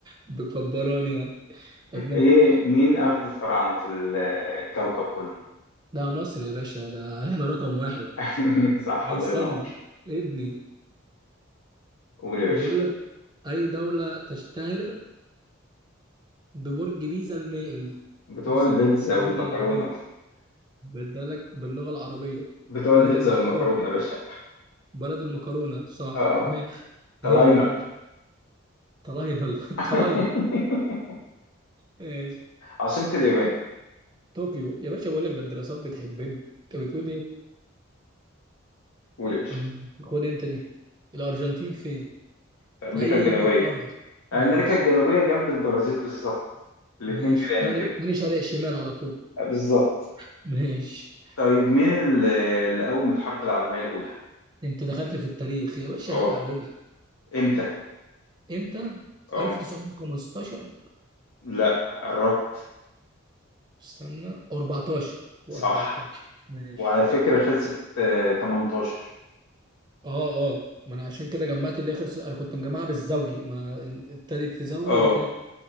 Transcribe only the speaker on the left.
إيه مين أرض الفراعنة في الكوكب كله
<laughs> صح
الله ينور
قول يا باشا
بتوع
البيتزا
والمكرونة
بتوع
البيتزا
والمكرونة يا باشا
آه
طلعنا
<laughs>
عاصمة اليابان
قول يا باشا
في أمريكا
الجنوبية
أمريكا
الجنوبية جنب البرازيل بالظبط الاتنين
جيران
كده
بالظبط
طيب مين اللي اللي قوم الحرب العالمية الأولى؟
اه
امتى؟
اه
لا قربت
صح
وعلى فكرة خلصت آه، 18
اه